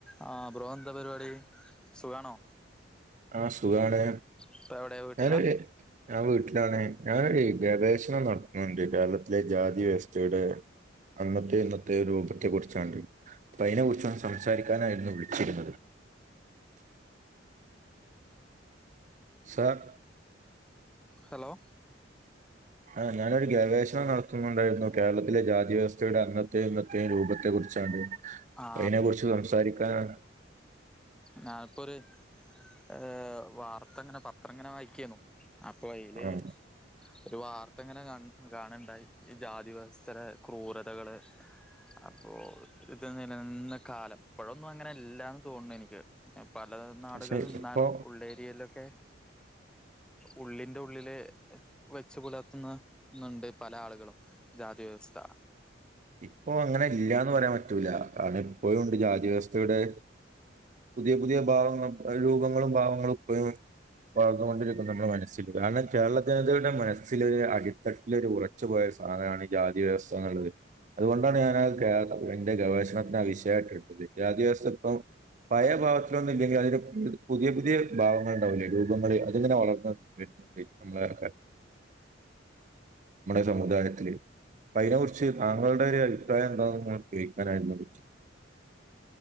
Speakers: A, in the centre; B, on the right.
A: ആഹ bro ന്താ പരിപാടി സുഖാണോ?
B: ആ സുഖാണ്
A: ഇപ്പ എവിടെ വീട്ടിലാ
B: ഞാന് ഞാൻ വീട്ടിൽ- ഞാനൊ ഗവേഷണം നടത്തുന്നുണ്ട് കേരളത്തിലെ ജാതി വ്യവസ്ഥയുടെ- അന്നത്തെ ഇന്നത്തെ രൂപത്തെ കുറിച്ചണ്ട് അ അതിനെ കുറിച്ചാണ് സംസാരിക്കാനായിരുന്നു വിളിച്ചിരുന്നത്. <unintelligible> സാർ
A: ഹലോ
B: ആ ഞാനൊരു ഗവേഷണം നടത്തുന്നുണ്ടായിരുന്നു. കേരളത്തിലെ ജാതിവ്യവസ്ഥയുടെ അന്നത്തെയും ഇന്നത്തെയും രൂപത്തെ കുറിച്ച്.
A: ആ
B: അതിനെ കുറിച്ച് സംസാരിക്കാൻ-
A: ഞാനിപ്പോൊ ഒരു ഏ വാർത്ത എങ്ങനെ പത്രം എങ്ങനെ വായിക്കന്നു. അപ്പോ അയിൽ-
B: ആഹ്
A: ഒരു വാർത്ത ഇങ്ങനെ കാ കാണുണ്ടായി ഈ ജാതി വ്യവസ്ഥരെ ക്രൂരതകള്- അപ്പൊ ഇത് നിലനിന്ന കാലം ഇപ്പഴൊന്നും അങ്ങനെല്ലന്ന് തോന്നുന്നു എനിക്ക്. പല നാടുകളിൽ
B: പക്ഷെ
A: നിന്നാലും
B: ഇപ്പോ
A: ഉള്ളേരിയയിലൊക്കെ-
B: <unintelligible>
A: ഉള്ളിന്റെ ഉള്ളില് വെച്ചു പുലർത്തുന്നണ്ട് പല ആളുകളും. ജാതി വ്യവസ്ഥാ.
B: ഇപ്പൊ അങ്ങനെ ഇല്ലന്ന് പറയാൻ പറ്റൂല കാരണം ഇപ്പോഴും ഉണ്ട് ജാതിവ്യവസ്ഥയുടെ- പുതിയ പുതിയ ഭാവങ്ങ രൂപങ്ങളും ഭാവങ്ങളും. അതുകൊണ്ടിരിക്ക നമ്മുടെ മനസ്സിൽ കാരണം. കേരള ജനതകളടെ മനസ്സൽ ഒരു അടിത്തട്ടില് ഒരു ഉറച്ചു പോയ ഒരു സാധനമാണ് ജാതി വ്യവസ്ഥ എന്നുള്ളത് അതുകൊണ്ടാണ് ഞാനത് എന്റെ ഗവേഷണത്തിന് ആ വിഷയമായിട്ട് എടുത്തത് ജാതി വ്യവസ്ഥ ഇപ്പം. പഴയ ഭാവത്തിലൊന്നും ഇല്ലെങ്കിൽ അതിന് പുതിയ പുതിയ ഭാവങ്ങൾ ഉണ്ടാവില്ലേ രൂപങ്ങള്ൾ അതിങ്ങെനെ - വളർന്ന് നമ്മളർക്ക നമ്മുടെ സമുദായത്തില് അപ്പ അതിനെ കുറിച്ച്- താങ്കളുടെ ഒരു അഭിപ്രായം എന്താെന്ന് നിൾ ചോദിക്കാനായിരുന്നു വിളിച്ചത്.